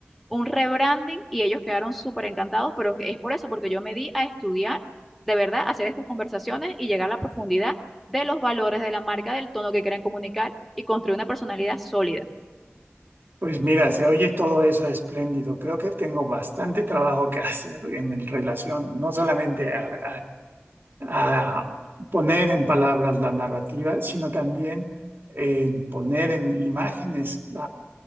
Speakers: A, in the centre; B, on the right.
A: un rebranding y ellos quedaron súper encantados, pero es por eso, porque yo me di a estudiar, de verdad, hacer estas conversaciones y llegar a la profundidad de los valores de la marca, del tono que quieren comunicar y construir una personalidad sólida.
B: Pues mira, se oye todo eso espléndido. Creo que tengo bastante trabajo que hacer en el- relación, no solamente a, a- a poner en palabras la narrativa, sino también en poner en imágenes